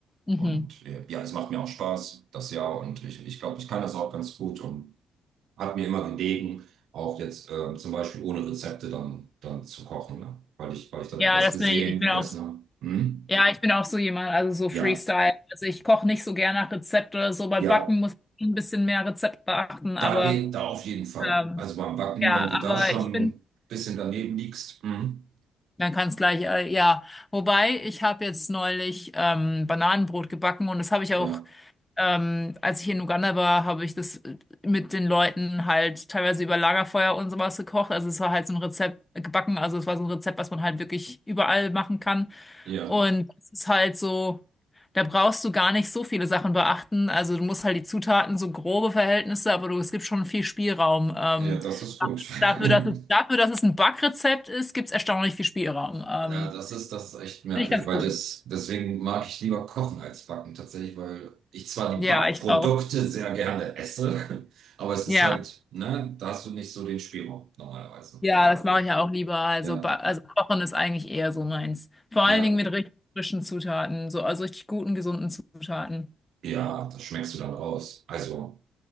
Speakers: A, on the left; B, on the right.
A: Mhm.
B: Und äh, ja, es macht mir auch Spaß, das Jahr. Und ich, ich glaube, ich kann das auch ganz gut und hat mir immer gelegen, auch jetzt ähm, zum Beispiel ohne Rezepte dann, dann zu kochen, ne? Weil ich, weil ich dann
A: Ja,
B: etwas
A: das
B: gesehen,
A: bin ich. Ich bin
B: gegessen
A: auch,
B: habe. Hm?
A: ja, ich bin auch so jemand, also so
B: Ja,
A: Freestyle. Also ich koche nicht so gern nach Rezept oder so. Bei
B: ja,
A: Backen muss ich ein bisschen mehr Rezept beachten,
B: da
A: aber
B: geht da auf jeden Fall.
A: ähm,
B: Also beim Backen,
A: ja,
B: wenn du da
A: aber
B: schon
A: ich bin.
B: ein bisschen daneben liegst, hm?
A: Man kann es gleich, äh, ja. Wobei, ich habe jetzt neulich ähm, Bananenbrot gebacken und das habe ich
B: Ja,
A: auch Ähm, als ich in Uganda war, habe ich das äh, mit den Leuten halt teilweise über Lagerfeuer und sowas gekocht. Also es war halt so ein Rezept äh, gebacken. Also es war so ein Rezept, was man halt wirklich überall machen kann.
B: ja,
A: Und es ist halt so, da brauchst du gar nicht so viele Sachen beachten. Also du musst halt die Zutaten, so grobe Verhältnisse, aber du, es gibt schon viel Spielraum. Ähm,
B: ja, das ist gut. <laughs>
A: dafür, dass es, dafür, dass es ein Backrezept ist, gibt es erstaunlich viel Spielraum. Ähm,
B: Ja, das ist, das ist echt merkwürdig,
A: finde ich ganz
B: weil
A: cool.
B: das, deswegen mag ich lieber kochen als backen tatsächlich, weil ich zwar
A: Ja,
B: die Backprodukte
A: ich auch.
B: sehr gerne esse, <laughs> aber es ist
A: Ja.
B: halt, ne, da hast du nicht so den Spielraum normalerweise,
A: Ja,
B: wie du,
A: das
B: wie
A: mache
B: du.
A: ich ja auch lieber. Also,
B: Ja,
A: ba- also kochen ist eigentlich eher so meins. Vor
B: ja,
A: allen Dingen mit richtig frischen Zutaten, so also richtig guten, gesunden Zutaten.
B: ja, das schmeckst du dann raus. Also,